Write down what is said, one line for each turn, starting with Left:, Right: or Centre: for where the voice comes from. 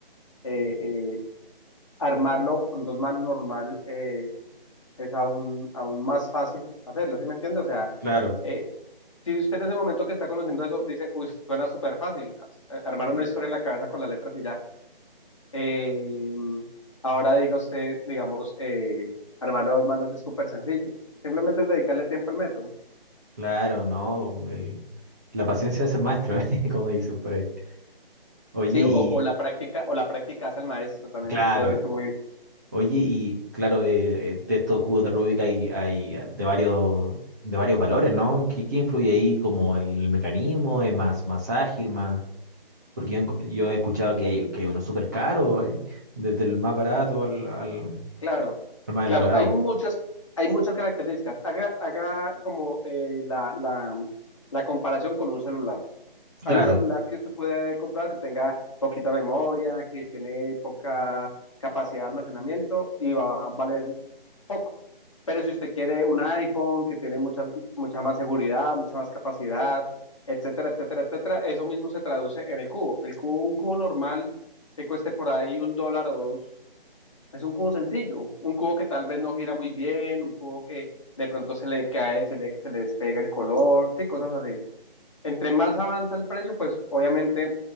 Left: eh, eh, armarlo con dos manos normal eh, es aún, aún más fácil hacerlo, ¿sí me entiende? O sea,
Right: claro,
Left: eh, si usted en ese momento que está conociendo eso dice, uy, suena súper fácil, a- armar una historia en la cabeza con las letras y ya. Eh, ahora diga usted, digamos, eh, armarlo a dos manos es súper sencillo. Simplemente es dedicarle tiempo al método.
Right: claro, ¿no? El- la paciencia es el maestro, <laughs> como dicen por ahí. Oye,
Left: Sí, o,
Right: y
Left: o la práctica, o la práctica hace al maestro, también
Right: claro,
Left: es otro dicho muy,
Right: oye, y claro, eh, eh, de estos cubos de Rubik hay, hay de varios, de varios valores, ¿no? ¿Qué, qué influye ahí como el mecanismo? ¿Es más, más ágil, más... Porque yo, enco- yo he escuchado que hay, que hay uno súper caro, hay desde el más barato al, al,
Left: Claro,
Right: al más
Left: claro,
Right: elaborado.
Left: hay muchas, hay muchas características. Haga, haga como eh, la, la, la comparación con un celular. Hay
Right: Claro,
Left: un celular que se puede comprar que tenga poquita memoria, que tiene poca capacidad de almacenamiento y va a valer poco. Pero si usted quiere un iPhone que tiene mucha, mucha más seguridad, mucha más capacidad, etcétera, etcétera, etcétera, eso mismo se traduce en el cubo. El cubo, un cubo normal que cueste por ahí un dólar o dos, es un cubo sencillo, un cubo que tal vez no gira muy bien, un cubo que de pronto se le cae, se le, se le despega el color, sí, cosas así. Entre más avanza el precio, pues obviamente,